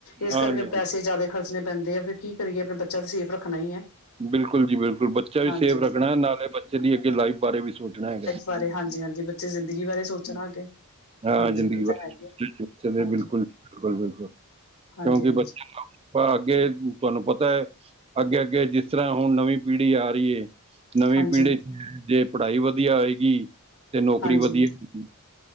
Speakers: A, on the left; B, on the right.
A: ਇਸ
B: ਹਾਂਜੀ,
A: ਕਰਕੇ
B: ਹਾਂਜੀ
A: ਪੈਸੇ ਜ਼ਿਆਦਾ ਖਰਚਣੇ ਪੈਂਦੇ ਆ ਫਿਰ ਕੀ ਕਰੀਏ ਆਪਣਾ ਬੱਚਾ ਤਾ ਸੇਫ ਰੱਖਣਾ ਹੀ ਹੈ।
B: ਬਿਲਕੁਲ ਜੀ ਬਿਲਕੁਲ ਬੱਚਾ ਵੀ
A: ਹਾਂਜੀ
B: ਸੇਫ ਰੱਖਣਾ ਨਾਲੇ ਬੱਚੇ ਦੀ ਅੱਗੇ ਲਾਈਫ ਬਾਰੇ ਵੀ ਸੋਚਣਾ ਹੈ।
A: ਬਾਰੇ ਹਾਂਜੀ ਹਾਂਜੀ। ਬੱਚੇ ਦੀ ਜ਼ਿੰਦਗੀ ਬਾਰੇ ਸੋਚਣਾ ਅੱਗੇ।
B: ਹਾਂ
A: ਹਾਂਜੀ
B: ਜ਼ਿੰਦਗੀ
A: ਇਹ
B: ਬਿਲਕੁਲ,
A: ਤਾਂ ਹੈਗੇ ਹਾਂਜੀ-ਹਾਂਜੀ-ਹਾਂਜੀ
B: ਬਿਲਕੁਲ, ਬਿਲਕੁਲ!
A: ਹਾਂਜੀ
B: ਕਿਉਂਕਿ ਬੱਚੇ ਹਾਂ, ਅੱਗੇ ਤੁਹਾਨੂੰ ਪਤਾ ਹੈ ਅੱਗੇ-ਅੱਗੇ, ਜਿਸ ਤਰ੍ਹਾਂ ਹੁਣ ਨਵੀਂ ਪੀੜ੍ਹੀ, ਆ ਰਹੀ ਹੈ। ਨਵੀਂ
A: ਹਾਂਜੀ
B: ਪੀੜ੍ਹੀ
A: ਹਾਂਜੀ
B: ਚ, ਜੇ ਪੜ੍ਹਾਈ ਵਧੀਆ ਹੋਏਗੀ, ਤੇ ਨੌਕਰੀ
A: ਹਾਂਜੀ,
B: ਵਧੀਆ ਹੋਏਗੀ।